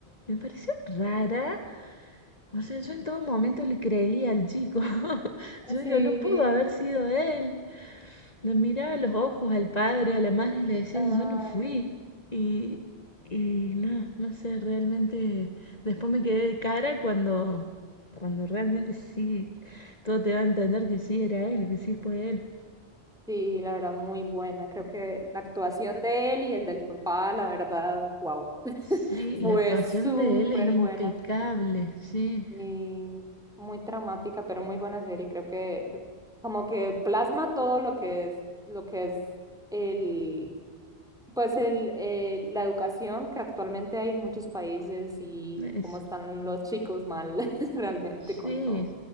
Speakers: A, on the left; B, in the centre.
A: me pareció rara. O sea, yo en todo momento le creía al chico. <laughs> Yo digo,
B: Sí,
A: no pudo haber sido él. Le miraba a los ojos al padre, a la madre y le decía,
B: ay,
A: yo no fui. Y, y no, no sé, realmente después me quedé de cara cuando, cuando realmente sí, todo te va a entender que sí era él, que sí fue él.
B: sí, la verdad, muy buena. Creo que la actuación de él y el del papá, la verdad, wow,
A: Sí,
B: fue
A: la actuación
B: súper
A: de él es impecable,
B: buena.
A: sí,
B: Y muy traumática, pero muy buena serie. Creo que como que plasma todo lo que es, lo que es el, pues el, el- la educación que actualmente hay en muchos países y
A: eso.
B: cómo están los chicos mal <laughs> realmente
A: Sí,
B: con todo.